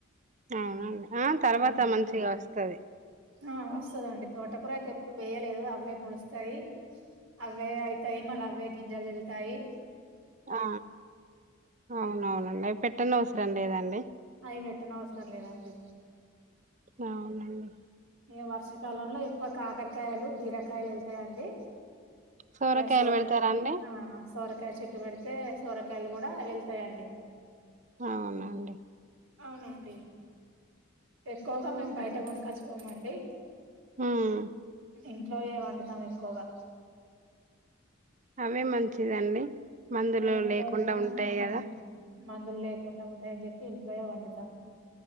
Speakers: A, on the right; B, on the right.
A: అవునండి, ఆ తర్వాత
B: హ్మ్.
A: మంచిగా వస్తది.
B: ఆ వస్తదండి. తోటకూర అయితే ఎప్పుడు వేయలేదు. అవే మొలుస్తాయి. అవే అయితాయి. మళ్ళా అవ్వే గింజలు ఎళ్తాయి.
A: ఆ అవునవునండి, అవి పెట్టనవసరం లేదండి.
B: అవి పెట్టనవసరం లేదండి.
A: అవునండి.
B: ఇగా వర్షాకాలంలో ఎక్కువ కాకరకాయలు, బీరకాయలు వెళ్తాయండి.
A: సోరకాయలు
B: ఎ సోర
A: పెడతారా అండి
B: ఆ సోరకాయ చెట్టు పెడితే, సోరకాయలు కూడా వెళ్తాయండి.
A: అవునండి.
B: అవునండి, ఎక్కువగా మేము బయట కొనుకోచ్చు కోమండి.
A: ఉమ్
B: ఇంట్లోయే వండుతాం. ఎక్కువగా
A: ఇవే మంచిదండి, మందులు
B: ఇగ ఇంట్లోయే
A: లేకుండా ఉంటాయి.
B: ఆ
A: గదా
B: మందులు లేకుండా ఉంటాయని చెప్పి, ఇంట్లో వండుతాము.